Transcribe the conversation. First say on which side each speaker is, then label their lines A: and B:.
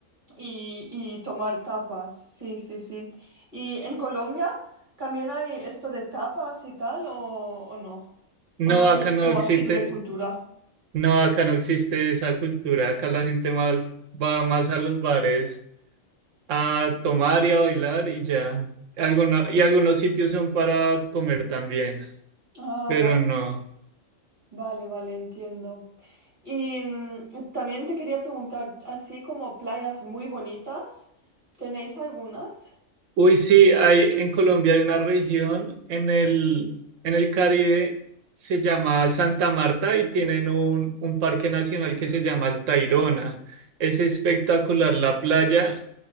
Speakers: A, on the right; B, on the right.
A: y, y tomar tapas, sí, sí, sí. ¿Y en Colombia también hay esto de tapas y tal o, o no?
B: No,
A: ¿O no,
B: acá
A: no es
B: no
A: como
B: existe,
A: así de cultura?
B: no, acá no existe esa cultura. Acá la gente más va más a los bares a tomar y a bailar y ya. Alguno- y algunos sitios son para comer también,
A: Ah,
B: pero
A: va-
B: no.
A: vale, vale, entiendo. Y mm, también te quería preguntar, así como playas muy bonitas, ¿tenéis algunas?
B: Uy, sí, hay en Colombia hay una región en el, en el Caribe, se llama Santa Marta y tienen un, un parque nacional que se llama el Tayrona. Es espectacular la playa